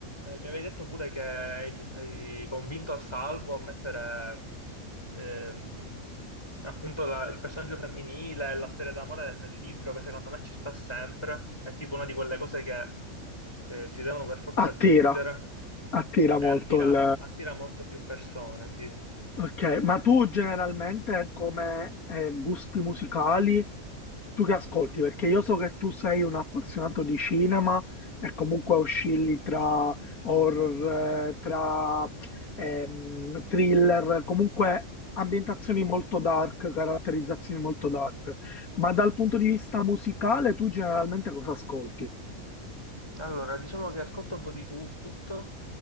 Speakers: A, on the left; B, on the left.
A: mi avevi detto pure che hai, hai convinto a Salvo a mettere ehm, appunto la- il personaggio femminile e la storia d'amore nel libro, che secondo me ci sta sempre. È tipo una di quelle cose che eh, si devono per forza
B: Attira,
A: aggiungere
B: attira
A: e
B: molto
A: attira,
B: il,
A: attira molto più persone, sì.
B: Ok, ma tu generalmente come eh, gusti musicali, tu che ascolti? Perché io so che tu sei un appassionato di cinema e comunque oscilli tra horror, eh, tra ehm, thriller, comunque ambientazioni molto dark, caratterizzazioni molto dark. Ma dal punto di vista musicale, tu generalmente cosa ascolti?
A: Allora, diciamo che ascolto un po' di tutto,